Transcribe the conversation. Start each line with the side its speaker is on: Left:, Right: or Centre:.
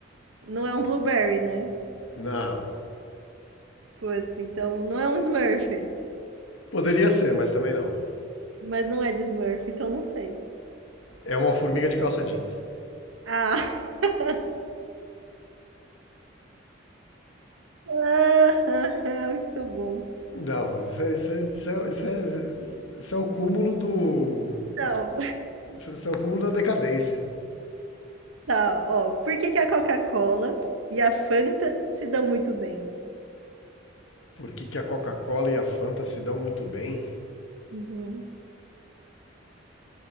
Right: Não é um blueberry, né?
Left: Não.
Right: Putz, então não é um Smurf.
Left: Poderia ser, mas também não.
Right: Mas não é de Smurf, então não sei.
Left: É uma formiga de calça jeans.
Right: Ah, <laughs> Ah, ah, ah, muito bom.
Left: Não, isso é, isso é- isso é- isso é- isso é o cúmulo do.
Right: Então,
Left: Isso é o cúmulo da decadência.
Right: tá, ó. Por que que a Coca-Cola e a Fanta se dão muito bem?
Left: Por que, que a Coca-Cola e a Fanta se dão muito bem?
Right: Uhum.